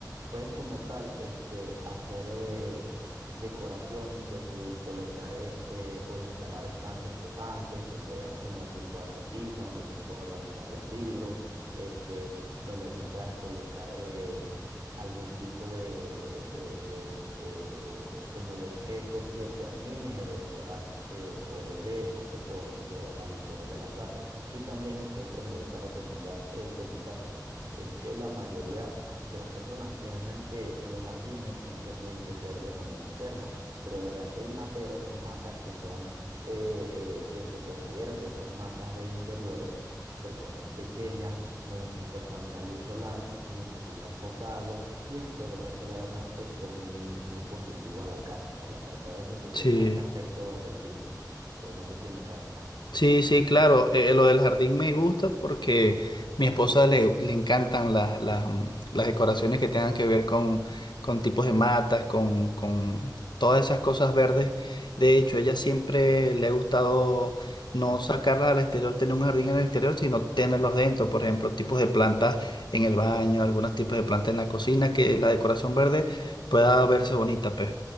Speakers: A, on the right; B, on the left.
A: puedes como tal este, hacer eh, decoraciones que si colocar este o instalar estantes flotantes que se vean como tipo de repisa donde tú puedas organizar los libros, este, donde tú puedas colocar eh, algún tipo de, de- de, este, como de objeto que termine de decorar eh, o le dé ese aspecto bonito al interior de la casa. Y también siempre me gusta recomendar eh, como tal, es que la mayoría de las personas piensan que los jardines siempre tienen que ser de manera externa, pero de verdad que hay materos o matas que son, eh, eh, que se consideran que son matas de interiores porque son pequeñas, no necesitan tanta luz solar y necesitan poca agua y esto, de verdad, que le da un aspecto muy, muy positivo a la casa por la parte de adentro porque
B: Sí.
A: le da ese aspecto verdecito. Eh, no sé si me captas.
B: Sí, sí, claro. eh, eh, lo del jardín me gusta porque mi esposa le, le encantan las, las, mm, las decoraciones que tengan que ver con, con tipos de matas, con, con todas esas cosas verdes. De hecho, ella siempre le ha gustado no sacarla al exterior, tener un jardín en el exterior, sino tenerlos dentro. Por ejemplo, tipos de plantas en el baño, algunos tipos de plantas en la cocina, que la decoración verde pueda verse bonita, pues.